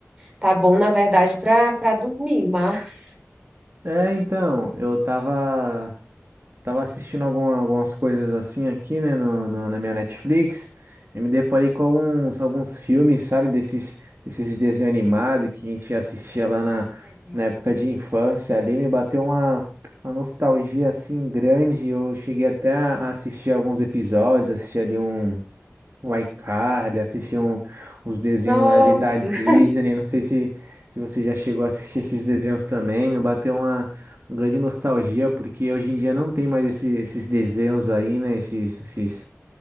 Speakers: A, on the right; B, on the right.
A: Tá bom, na verdade, para para dormir, mas
B: É, então, eu tava, tava assistindo alguma- algumas coisas assim aqui, né, no, no- na minha Netflix, e me deparei com alguns, alguns filmes, sabe, desses, desses desenhos animados que a gente assistia lá
A: Ah,
B: na,
A: legal.
B: na época de infância ali, me bateu uma, uma nostalgia assim grande, eu cheguei até a a assistir alguns episódios, assisti ali um. o iCarly, assistir um, uns desenhos
A: Nossa.
B: ali da Disney.
A: <laughs>
B: Não sei se, se você já chegou a assistir esses desenhos também. Me bateu uma, uma grande nostalgia, porque hoje em dia não tem mais esse- esses desenhos aí, né? Esses, esses,